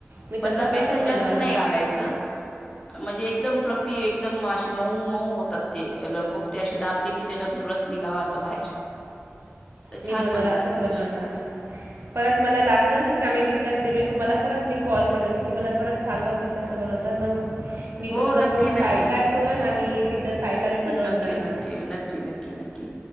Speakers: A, on the right (about 55°); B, on the left (about 20°).
A: मी
B: पण
A: तसाच
B: ना बेसन
A: असंच बनवणार
B: जास्त नाही घालायचं, म्हणजे एक एकदम फ्लफी एकदम अे मऊ मऊ होतात ते कोफते अशे दाबले कि त्याच्यातून रस निघावा असं बाहेर. तर
A: मी
B: छान
A: बनवला
B: बनतात
A: असच
B: ते
A: बनवणार
B: तसे
A: परत मला लागलं ना की कमी वि मी तुम्हाला परत मी कॉल करेन की मला परत सांगा की कसं बनवतात मग मी
B: हो
A: तुमचा
B: नक्की
A: फोन
B: नक्की
A: साईड ला ठेवन आणि तिथ साईडला मी बनवत
B: नक्की
A: जाईन.
B: नक्की नक्की नक्की नक्की